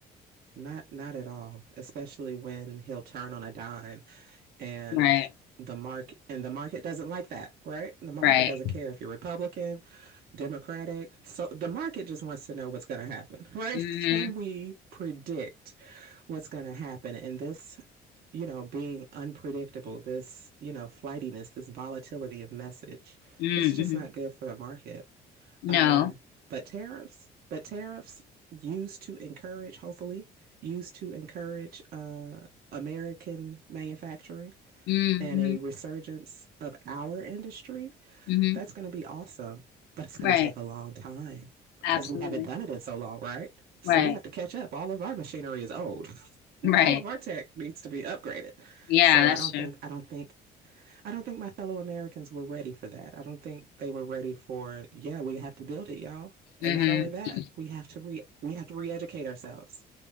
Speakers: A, on the right; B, on the left.
A: not not at all, especially when he'll turn on a dime and
B: Right,
A: the market and the market doesn't like that, right? The market
B: right.
A: doesn't care if you're Republican, Democratic. So the market just wants to know what's going to happen, <laughs> right?
B: Mm-hmm.
A: Can we predict what's going to happen? And this, you know, being unpredictable, this, you know, flightiness, this volatility of message,
B: Mm-hmm.
A: it's just not good for the market.
B: No.
A: Um, but tariffs, but tariffs used to encourage, hopefully, used to encourage uh American manufacturing
B: Mm-hmm.
A: and a resurgence of our industry,
B: Mm-hmm.
A: that's going to be awesome. But it's going
B: Right.
A: to take a long time because
B: Absolutely.
A: we haven't done it in so long, right? So
B: Right.
A: we have to catch up. All of our machinery is old. <laughs>
B: Right.
A: All of our tech needs to be upgraded.
B: Yeah,
A: So I
B: that's
A: don't
B: true.
A: think I don't think I don't think my fellow Americans were ready for that. I don't think they were ready for, yeah, we have to build it, y'all. And
B: Mm-hmm.
A: not only that, we have to re we have to re-educate ourselves.